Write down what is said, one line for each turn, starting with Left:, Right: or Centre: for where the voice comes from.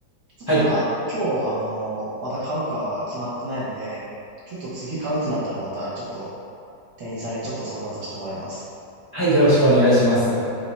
Right: ちょっとまた、
Left: はい。
Right: 今日あの、また買うかは決まってないので、ちょっと次買うってなったらまた、ちょっと店員さんにちょっと相談させてもらいます。
Left: はい、よろしくお願いします。